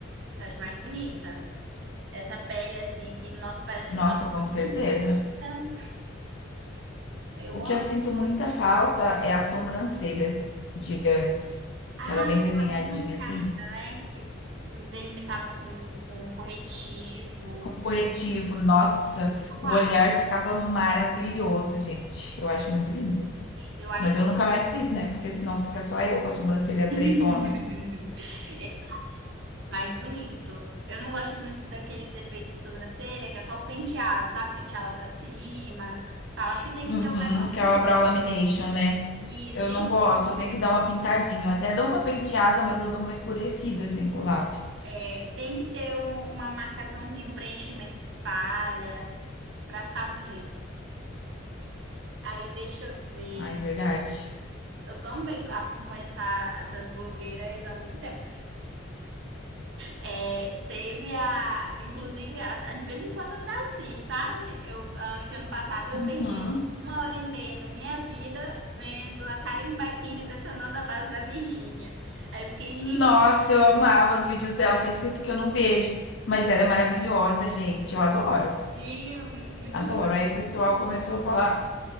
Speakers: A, on the right; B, on the left.
A: É. Eu acho mais bonita. Essa pele, assim, que, nossa, parece
B: Nossa,
A: que só. fica
B: com certeza.
A: bonita. Eu
B: O que
A: amo.
B: eu sinto muita falta é a sobrancelha de antes,
A: Ah,
B: que ela
A: tá
B: é bem desenhadinha
A: bem marcada,
B: assim,
A: né? Que delimitava com, com corretivo.
B: com corretivo.
A: Eu,
B: Nossa,
A: eu
B: o
A: acho.
B: olhar ficava maravilhoso, gente. Eu acho muito lindo.
A: Eu acho
B: Mas
A: mais,
B: eu nunca mais fiz, né? Porque senão fica só eu com a sobrancelha
A: <laughs>
B: pretona.
A: é mais bonito. Eu não gosto muito daqueles efeitos de sobrancelha, que é só o penteado, sabe? Pentear lá pra cima, tal. Acho que tem
B: Uhum,
A: que ter um negocinho.
B: aquela brow lamination, né?
A: Isso,
B: Eu
A: tem
B: não
A: que
B: gosto,
A: ter, um-
B: eu tenho que dar uma pintadinha. Eu até dou uma penteada, mas eu dou uma escurecida assim com o lápis.
A: é, tem que ter um- uma marcaçãozinha, um preenchimento de falha, pra ficar bonito. Aí deixa eu ver.
B: Ai, verdade.
A: Eu também acompanho essa- essas blogueiras há muito tempo. É, teve a, inclusive, a, a- de vez em quando eu ainda assisto, sabe? Eu acho que ano passado eu
B: Uhum.
A: perdi uma hora e meia da minha vida vendo a Karen Baquinho detonando a base da Virgínia. Aí eu fiquei, gente,
B: Nossa,
A: isso
B: eu amava os vídeos dela, faz tempo que eu não vejo. Mas ela é maravilhosa, gente. Eu adoro,
A: é antigo, muito
B: adoro.
A: instrumento.
B: Aí o pessoal começou a falar.